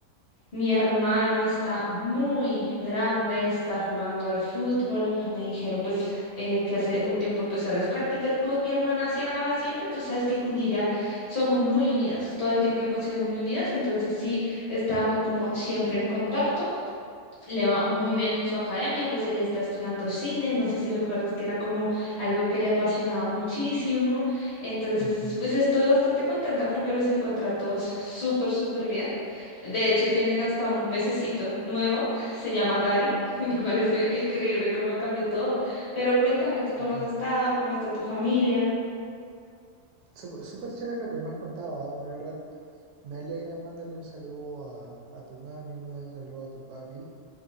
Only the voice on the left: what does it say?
Mi hermano está muy grande, está jugando al fútbol. Me dijeron pues eh, que hace un tiempo empezó las prácticas. Con mi hermana sí hablaba siempre, tú sabes que con ella somos muy unidas, todo el tiempo hemos sido muy unidas, entonces sí estábamos como siempre en contacto le va muy bien en su academia, pues ella está estudiando cine, no sé si recuerdas que era como algo que le apasionaba muchísimo, entonces
pues estoy bastante contenta porque los encontré a todos súper, súper bien. De hecho, tienen hasta un pececito nuevo, se llama Gary, <laughs> me parece increíble cómo cambió todo, pero cuéntame tú cómo
has estado, cómo está tu familia.